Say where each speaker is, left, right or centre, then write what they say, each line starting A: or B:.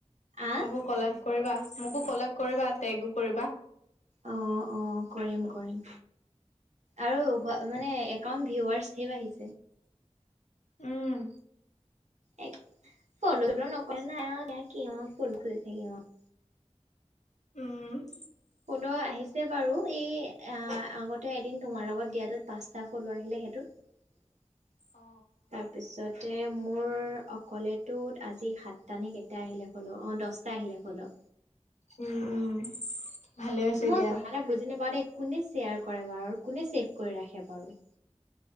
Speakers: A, on the right; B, on the left.
A: আহ
B: মোকো কলাৰব কৰিবা। মোকো কলাৰব কৰিবা, টেগো কৰিবা।
A: অ'! অ'! কৰিম, কৰিম আৰু মানে একাউন্ট ভিউআৰছ ধেই বাঢ়িছে।
B: উম!
A: এক ফল্লো টো নকৰে নাই আও! কি অ'! ফোন কৰি থাকিব।
B: উম!
A: ফল্লো আহিছে বাৰু। এই আঁ আগতে এদিন তোমাৰ লগত দিয়টোত পাঁচটা ফল্লো আহিলে সেইটোত।
B: অ
A: তাৰপিছতে, মোৰ অকলেটোত আজি সাতটানে কেইটা আহিলে ফল্লো অ'! দছটা আহিলে ফল্লো।
B: উম উম ভালে হৈছে
A: মই
B: দিয়া
A: কথা এটা বুজি নাপাওঁ দেই। কোনে শ্বেয়াৰ কৰে বাৰু কোনে চেভ কৰি ৰাখে বাৰু।